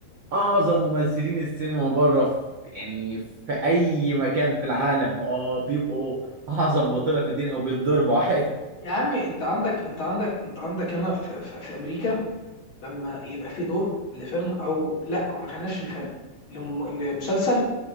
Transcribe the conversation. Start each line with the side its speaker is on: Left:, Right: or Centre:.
Right: اعظم ممثلين السينما بره في يعني في اي مكان في العالم اه بيبقوا اعظم بطولة في الدنيا وبيتضربوا عادي
Left: يا عمي انت عندك انت عندك انت عندك هنا في, في, في امريكا لما يبقى في دور لفيلم او لا ما خليناش لفيلم لم- لمسلسل